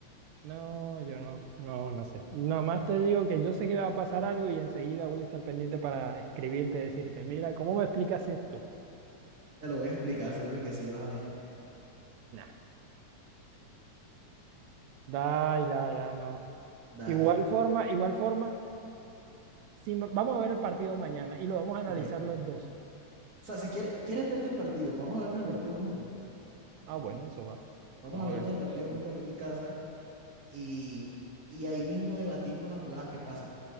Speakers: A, on the right (about 75°); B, on the right (about 40°).
A: No, yo no, no, no sé. Nada más te digo que yo sé que va a pasar algo y enseguida voy a estar pendiente para escribirte, decirte, mira, ¿cómo me explicas esto?
B: Te lo voy a explicar, seguro que sí, vas a ver.
A: Nah. Da, ya, ya, no.
B: Dale.
A: Igual forma, igual forma, si ma- vamos a ver el partido mañana y lo vamos a analizar
B: Ok. O
A: los dos.
B: sea, si quieres, quieres verte el partido, vamos a vernos el
A: Sí.
B: partido juntos.
A: Ah, bueno, eso va.
B: Vamos
A: Vamos
B: a vernos
A: a ver el partido.
B: el partido juntos aquí en mi casa y, y ahí mismo debatimos las jugadas que pasen